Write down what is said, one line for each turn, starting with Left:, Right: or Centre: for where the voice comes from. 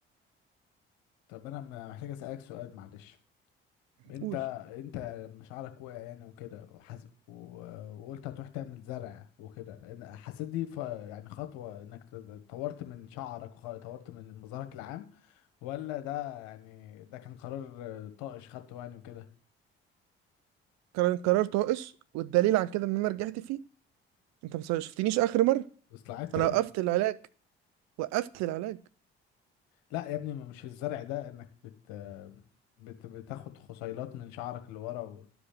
Left: طب انا م- محتاج اسالك سؤال معلش انت
Right: قول
Left: انت لما شعرك وقع يعني وكده وحس... و... وقلت هتروح تعمل زرع وكده إن- حسيت دي ف... يعني خطوة انك ت- طورت من شعرك وطورت من مظهرك العام ولا ده يعني ده كان قرار آه، طائش خدته يعني وكده
Right: قرار قرار طائش والدليل عن كده ان انا رجعت فيه انت ما شفتنيش اخر مره
Left: واصلاحات تاني
Right: انا وقفت العلاج وقفت العلاج
Left: لا يا ابني ما مش الزرع ده انك بت آه، بت بتاخد خصيلات من شعرك اللي ورا و-